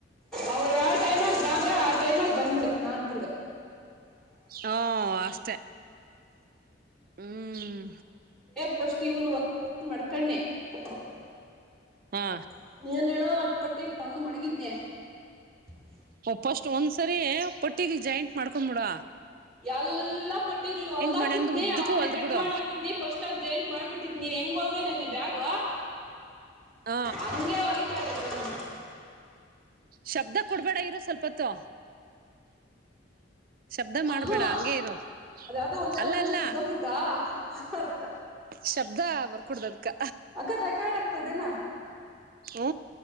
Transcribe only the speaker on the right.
ಹ ಅಷ್ಟೆ ಹ್ಮ್
ಹಾ
ಫಸ್ಟ್ ಒಂದ್ಸರಿ ಪಟ್ಟಗ್ ಜಾಯಿಂಟ್ ಮಾಡ್ಕೊಂಡ್ಬಿಡ
ಮಾಡಂದು ಉದ್ದಕ್ಕೂ
ಹೊಲ್ದ್
ಬಿಡು
ಹ
ಶಬ್ದ ಕೊಡ್ಬೇಡ ಇರು ಸ್ವಲ್ಪತ್ತು ಶಬ್ದ
ಮಾಡ್ಬೇಡ
ಹಂಗೇ ಇರು
ಅಲ್ಲ
ಅಲ್ಲ
ಶಬ್ದ ಬರ್ಕುಡ್ದು
ಹ